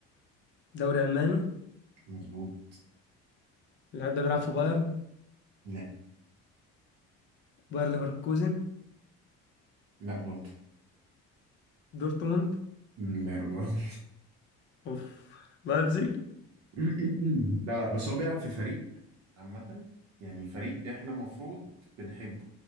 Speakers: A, on the left (about 40°); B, on the right (about 60°).
A: دوري الماني
B: مظبوط
A: اللعيب ده بيلعب في بايرن
B: لا
A: باير ليفركوزن
B: لا برضه
A: دورتموند
B: لا برضه
A: اوف لايبزيج
B: <clears throat> لا لا بس هو بيلعب في فريق عامة يعني فريق احنا المفروض بنحبه